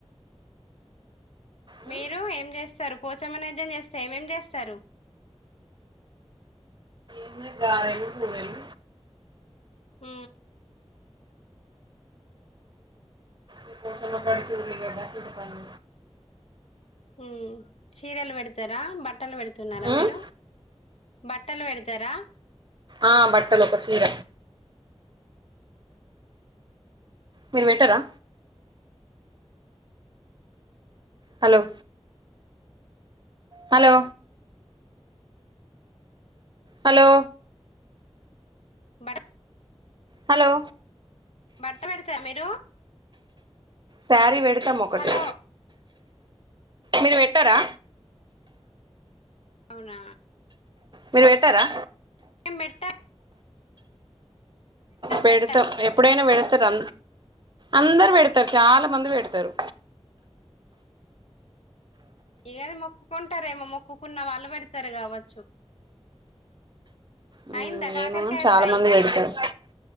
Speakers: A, on the right; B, on the left.
A: ఉమ్
B: మీరు ఏం చేస్తారు పోచమ నైద్యం చేస్తే ఏమేం చేస్తారు
A: ఇంగ గారలు బూరలు
B: ఊ
A: ఇగ పోచమ కాడికి ఉల్లిగడ్డ చితపను
B: ఊ చీరలు పెడతారా బట్టలు పెడుతున్నారా
A: ఉమ్
B: మీరు బట్టలు పెడతారా
A: ఆ బట్టలు ఒక సీర మీరు పెట్టరా హలో హలో హలో
B: బడ్
A: హలో
B: బట్ట పెడతా మీరు
A: సారీ వెడుతం ఒకటి
B: హలో
A: మీరు పెట్టరా
B: అవునా
A: మీరు పెట్టరా
B: ఏం బెట్ట
A: పెడతవు
B: పెట్టాం
A: ఎప్పుడైనా పేడత అందరు పెడతారు చాలా మంది పెడతారు
B: ఇగద మొక్కుకుంటారేమో మొక్కుకున్న వాళ్ళు పెడతారు కావచ్చు
A: ఉ
B: అయిందా కాకరకాయ
A: ఏమోగానీ చాలా
B: ఫ్రై
A: మంది పెడతారు